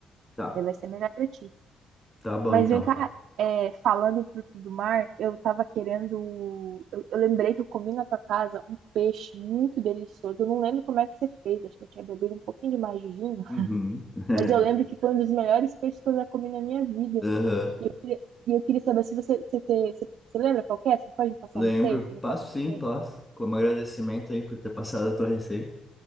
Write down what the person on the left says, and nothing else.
Tá.
Tá bom
então.
Uhum. <laughs>
Aham.
Lembro.
Passo
sim,
passo. Como agradecimento aí por ter passado a tua receita.